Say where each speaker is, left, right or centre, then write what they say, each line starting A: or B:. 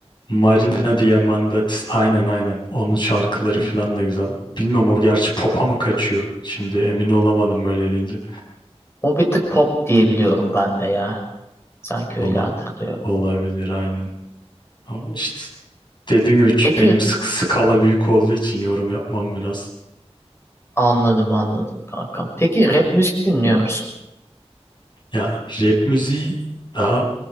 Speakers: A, on the left; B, on the left.
A: Marina Diamantatis aynen aynen. Onun şarkıları
B: Hı.
A: falan da güzel. Bilmiyorum o gerçi pop'a mı kaçıyor? Şimdi emin olamadım öyle deyince.
B: O bir tık pop diye biliyorum ben de ya. Sanki
A: Ola,
B: öyle hatırlıyorum.
A: olabilir aynen. Ama işte dediğim gibi ç-
B: Peki
A: benim sık skala büyük olduğu için yorum yapmam biraz.
B: anladım anladım kankam. Peki rap müzik dinliyor musun?
A: Ya rap müziği daha